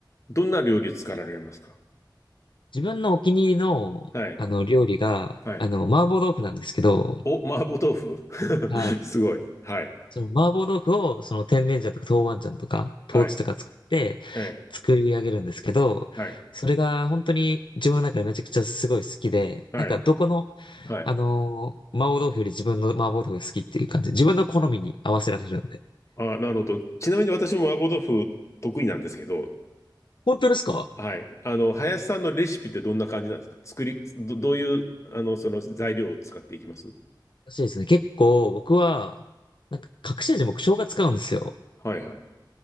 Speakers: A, on the left; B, on the left.
A: どんな料理作られますか
B: 自分のお気に入りのあの料理があの麻婆豆腐なんですけど、
A: はい。はい。お、麻婆豆腐 <laughs>
B: はい。
A: すごい。はい。
B: その麻婆豆腐をその甜麺醤とか豆板醤とか豆豉とか使って
A: はい。え
B: 作り上げるんですけど、
A: え、はい。
B: それが本当に自分の中でめちゃくちゃすごい好きで、
A: はい。
B: なんかどこの、
A: はい。
B: あのー麻婆豆腐より自分の麻婆豆腐が好きっていう感じで、自分の好みに合わせられるので。
A: あ、なるほど。ちなみに私も麻婆豆腐得意なんですけど、
B: 本当ですか
A: はい。あの、林さんのレシピってどんな感じなんですか作り、ど、どういう、あの、その材料を使っていきます
B: らしいですね。結構僕は、なんか隠し味僕生姜使うんですよ。
A: はい、はい。